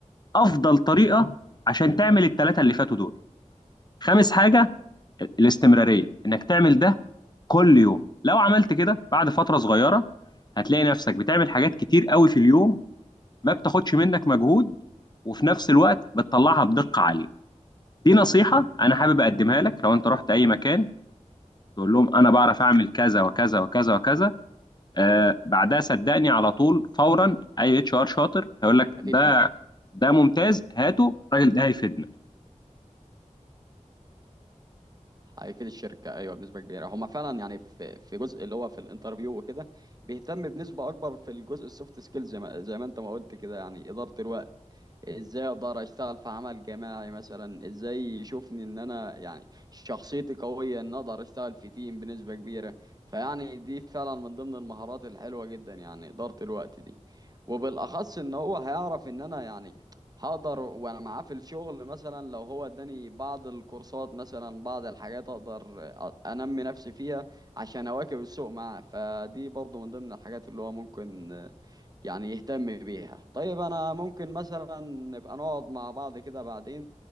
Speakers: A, on the left; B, on the right.
A: افضل طريقه عشان تعمل التلاته اللي فاتوا دول خامس حاجه الاستمرارية انك تعمل ده كل يوم لو عملت كده بعد فترة صغيرة هتلاقي نفسك بتعمل حاجات كتير قوي في اليوم ما بتاخدش منك مجهود وفي نفس الوقت بتطلعها بدقة عالية دي نصيحة انا حابب اقدمها لك لو انت رحت اي مكان تقول لهم انا بعرف اعمل كذا وكذا وكذا وكذا آه بعدها صدقني على طول فورا اي اتش ار شاطر هيقول لك
B: اكيد
A: ده
B: فعلا
A: ده ممتاز هاته الراجل ده هيفيدنا
B: هيفيد الشركه ايوه بنسبه كبيره هما فعلا يعني في في جزء اللي هو في الانترفيو وكده بيهتم بنسبه اكبر في الجزء السوفت سكيلز زي ما زي ما انت ما قلت كده يعني اداره الوقت ازاي اقدر اشتغل في عمل جماعي مثلا ازاي يشوفني ان انا يعني شخصيتي قوية ان اقدر اشتغل في تيم بنسبة كبيرة فيعني دي فعلا من ضمن المهارات الحلوة جدا يعني إدارة الوقت دي وبالاخص ان هو هيعرف ان انا يعني هقدر وانا معاه في الشغل مثلا لو هو اداني بعض الكورسات مثلا بعض الحاجات اقدر أ- انمي نفسي فيها عشان اواكب السوق معاه فدي برضو من ضمن الحاجات اللي هو ممكن يعني يهتم بيها طيب انا ممكن مثلا نبقى نقعد مع بعض كده بعدين